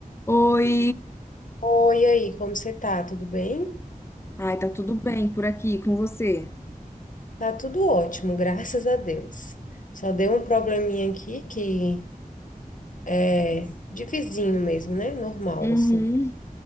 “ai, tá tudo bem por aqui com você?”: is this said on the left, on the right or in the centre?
Left